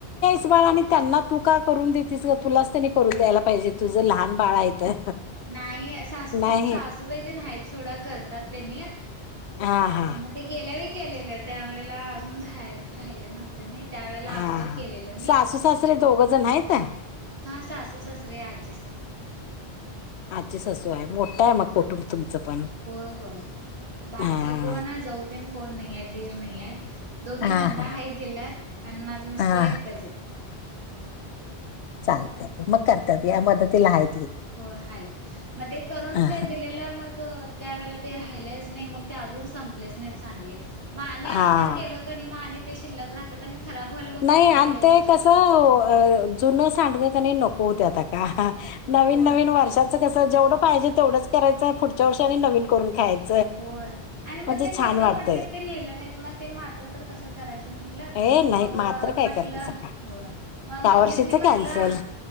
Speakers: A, on the left; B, on the right.
A: स बा आणि त्यांना तू का करून देेतस का तुलाच त्यांनी करून द्यायला पाहिजे तुझ लहान बाळ आहे तर
B: नाही सासूबाई
A: नाही
B: सासूबाई ते नाहीत थोडा करतात त्यांनी
A: हा हा
B: मग ते गेल्या व केलेलं त्यावेेळेला अजून रा राहिले नव्हते त्यांनी त्यावेेळेला
A: हा
B: अगोदर
A: हा
B: केलेलं मी
A: सासू सासरे दोघ जण आहेत
B: हा सासू सासरे अज
A: आजी सासू आहे मोठा आहे मग कुटुंब तुमचं पण
B: होय होय बाकी
A: हा
B: कोण जाऊते कोण नाही आहे धीर नाही आहे दोघी
A: हा
B: नंदा
A: हा
B: आहेत लिहिल्यात आणि माझ मिस्टर
A: हा
B: एकट्याच आहेत
A: चालते मग करतात या मदतीला आहे
B: हो हा मग ते करून
A: हा
B: ते दिलेलं मग त्यावेेळेला ते राहिलेच नाही मग ते अजून संपलेच नाहीत सांडगे माने
A: हा.
B: आत्ता केलं क नाही आणि माने ते शिल्लक राहतात आणि खराब व्हायला बघतात
A: नाही आणि
B: लई
A: ते
B: वर्ष
A: कसं जुनं सांडगं कणी नकोत आता का नवीन
B: होय
A: नवीन वर्षाचं कसं जेवढं पाहिजे तेवढंच करायचं पुढच्या वर्षानी नवीन करून खायचं
B: होय आणि मग
A: म्हणजे
B: ते नेता
A: छान वाटतय
B: म्हटले ते नेलं नाहीत मग ते मात्र तर कसं करायचं म्हट म्हटलं
A: हे नाही
B: मग
A: मात्र काय
B: म्हटलं
A: करते सका
B: होय मग
A: त्या
B: मम्मीचनी
A: वर्षीच
B: म्हटलं
A: कॅन्सल